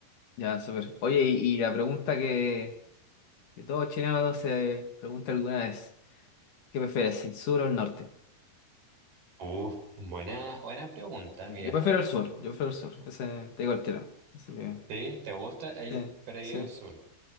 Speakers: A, on the left; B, on the right.
A: Ya, súper. Oye, y, y la pregunta que, que todo chileno se pregunta alguna vez, ¿qué prefieres, el sur o el norte?
B: Uh, buena, buena pregunta,
A: Sí.
B: mira.
A: Yo prefiero el sur, yo prefiero el sur, ese, te digo el tiro. Así que,
B: ¿Sí? ¿Te gusta? Eh,
A: sí,
B: pero
A: sí.
B: yo al sur.